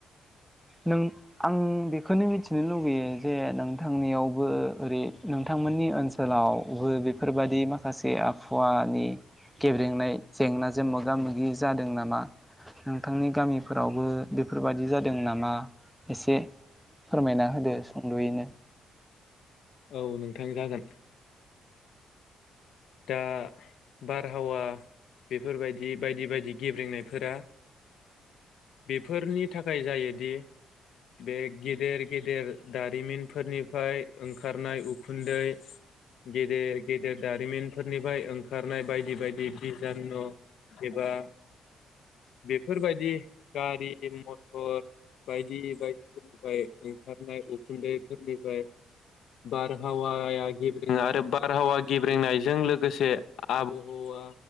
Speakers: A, in the centre; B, on the left.
A: नों आं बेखौनो मिथिनो लुुबैयो जे नोंथांनियावबो ओरै नोंथांमोननि ओनसोलावबो बेफोरबादि माखासे आबहावानि गेब्रेंनाय जेंनाजों मोगा मोगि जादों नामा? नोंथांनि गामिफोरावबो बेफोरबायादि जादों नामा? एसे फोरमायना होदो सुंद'यैनो।
B: औ नोंथां जागोन दा बारहावा बेफोरबायदि बायदि बायदि गेब्रेंनायफोरा बेफोरनि थाखाय जायोदि बे गेदेर गेदेर दारिमिनफोरनिफ्राय ओंखारनाय उखुन्दै गेदेर गेदेर दारिमिनफोरनिफ्राय ओंखारनाय बायदि बायदि बिजानु एबा बेफोरबायदि गारि-मटर बायदि बायदिफोरनिफ्राय ओंखारनाय उखुन्दैफोरनिफ्राय बारहावाया गेब्रेङो आरो बारहावा गेब्रेंनायजों लोगोसे आबहावा